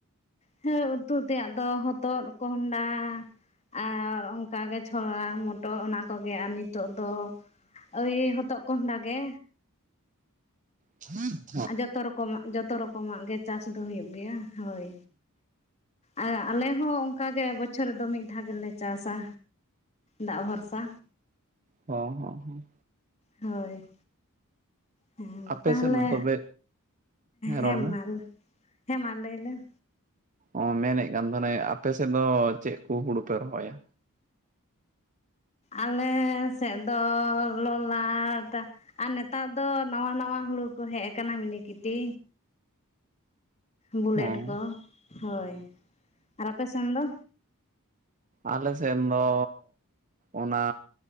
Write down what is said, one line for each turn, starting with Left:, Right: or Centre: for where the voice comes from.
Left: ᱦᱮᱸ ᱩᱛᱩ ᱛᱮᱭᱟᱜ ᱫᱚ ᱦᱚᱛᱚᱫ ᱠᱚᱸᱦᱰᱟᱹ ᱟᱨ ᱚᱱᱠᱟᱜᱮ ᱪᱷᱚᱲᱟ ᱢᱚᱴᱚᱨ ᱚᱱᱟ ᱠᱚᱜᱮ ᱟᱨ ᱱᱤᱛᱚᱜ ᱫᱚ ᱳᱭ ᱦᱚᱛᱚᱜ ᱠᱚᱸᱦᱰᱟᱹ ᱜᱮ
Right: <inaudible>
Left: ᱟᱨ ᱡᱚᱛᱚ ᱨᱚᱠᱚᱢᱟᱜ ᱡᱚᱛᱚ ᱨᱚᱠᱚᱢᱟᱜ ᱜᱮ ᱪᱟᱥ ᱫᱚ ᱦᱩᱭᱩᱜ ᱜᱮᱭᱟ ᱦᱳᱭ ᱟᱨ ᱟᱞᱮ ᱦᱚᱸ ᱚᱱᱠᱟ ᱜᱮ ᱵᱚᱪᱷᱚᱨ ᱨᱮᱫᱚ ᱢᱤᱫ ᱫᱷᱟᱣ ᱜᱮᱞᱮ ᱪᱟᱥᱥᱟᱹ ᱫᱟᱜ ᱵᱷᱚᱨᱥᱟᱹ
Right: ᱚ ᱦᱚᱼᱦᱚ
Left: ᱦᱳᱭ ᱦᱮᱸ
Right: ᱟᱯᱮ
Left: ᱛᱟᱦᱚᱞᱮ
Right: ᱥᱮᱫ ᱫᱚ ᱛᱚᱵᱮ
Left: ᱦᱮᱸ
Right: ᱨᱚᱲ ᱢᱮ
Left: ᱢᱟ ᱦᱮᱸ ᱢᱟ ᱞᱟᱹᱭ ᱞᱮᱢ
Right: ᱚ ᱢᱮᱱᱮᱫ ᱠᱟᱱ ᱛᱟᱦᱮᱱᱟᱹᱧ ᱟᱯᱮ ᱥᱮᱫ ᱫᱚ ᱪᱮᱫ ᱠᱚ ᱦᱩᱲᱩ ᱯᱮ ᱨᱚᱦᱚᱭᱟᱹ?
Left: ᱟᱞᱮ ᱥᱮᱫ ᱫᱚ ᱞᱚᱞᱟᱴ ᱟᱨ ᱱᱮᱛᱟᱨ ᱫᱚ ᱱᱟᱶᱟ ᱱᱟᱣᱟ ᱦᱩᱲᱩ ᱠᱚ ᱦᱮᱡ ᱟᱠᱟᱱᱟ ᱢᱤᱱᱤᱠᱤᱴᱤ ᱵᱩᱞᱮᱴ
Right: ᱦᱮᱸ
Left: ᱠᱚ ᱦᱳᱭ ᱟᱨ ᱟᱯᱮ ᱥᱮᱱ ᱫᱚ
Right: ᱟᱞᱮ ᱥᱮᱱ ᱫᱚᱻ ᱚᱱᱟ